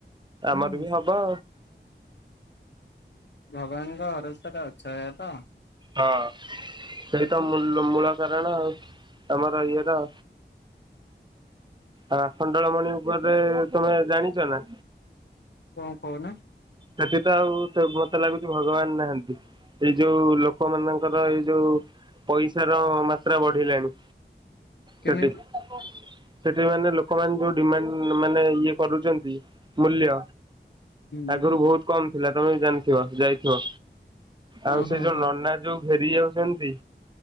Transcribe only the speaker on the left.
ହୁଁ
ଭଗବାନଙ୍କ ଭରସାରେ ଅଛ, ଏଇଆ ତ?
କଣ କହୁନା?
କେମିତି?
ହୁଁ
ହଁ
ହଁ
ହଁ